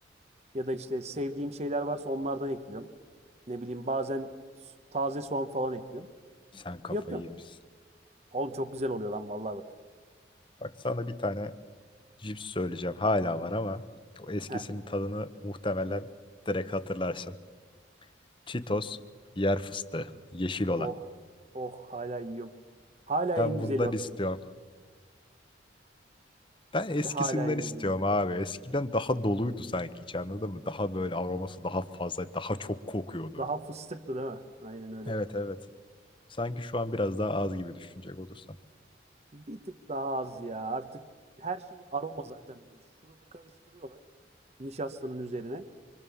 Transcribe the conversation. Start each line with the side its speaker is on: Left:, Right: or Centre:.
Right: Ya da işte sevdiğim şeyler varsa onlardan ekliyorum. Ne bileyim bazen s- taze soğan falan ekliyorum.
Left: Sen kafayı
Right: Yapıyorum.
Left: yemişsin.
Right: Oğlum çok güzel oluyor lan vallahi bak.
Left: Bak sana bir tane cips söyleyeceğim. Hala var ama o eskisinin
Right: Heh.
Left: tadını muhtemelen direkt hatırlarsın. Cheetos, yer fıstığı, yeşil olan.
Right: Oh. Oh hala yiyorum. Hala
Left: Ben
Right: en güzeli
Left: bundan
Right: o.
Left: istiyorum. Ben eskisinden
Right: Hala en
Left: istiyorum
Right: güzeli o.
Left: abi. Eskiden daha doluydu sanki hiç anladın mı? Daha böyle aroması daha fazla, daha çok kokuyordu.
Right: Daha fıstıktı değil mi? Aynen öyle.
Left: Evet evet. Sanki şu an biraz daha az gibi düşünecek olursan.
Right: Bir tık daha az ya. Artık her şeyi aroma zaten böyle. Şurubu karıştırıyorlar. Nişastanın üzerine